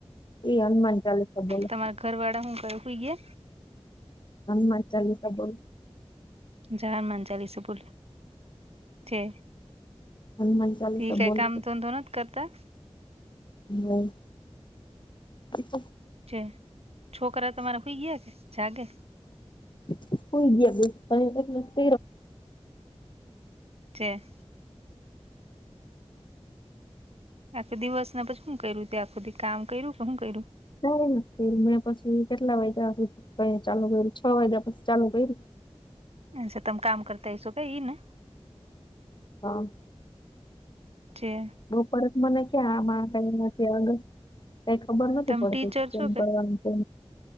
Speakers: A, on the left; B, on the right.
A: એ હનુમાન ચાલીસા બોલો
B: તમારા ઘર વાળા હું કુંઈ
A: હમ મ ચાલ તો બોલ
B: જર મંજાલી સ બોલે છે
A: હનુમાન ચાલીસા
B: ઠીક
A: બોલો
B: એ કામ ત દોનત કરતા
A: હ હ
B: છે છોકરા તમારા ખઈ ગયા કે જાગે
A: હ હોઈ ગયા બે પ
B: છે આખો દિવસ ના પછી શું કર્યું ત આખુંધી કામ કર્યું કે શું કર્યું
A: ના કે મેં પછી કેટલા વાગ્યા ક ચાલુ કર છ વાગ્યા પછી ચાલુ કર્યું
B: સ તમ કામ કરતા હ સોભાઈ ઈ ને
A: હા
B: છેે
A: બપરત મને ક્યાં આમાં કઈમાંથીગ કઈ ખબર નથી
B: તમ
A: પડતી
B: ટીચર
A: કેમ
B: છો
A: કરવાનું કે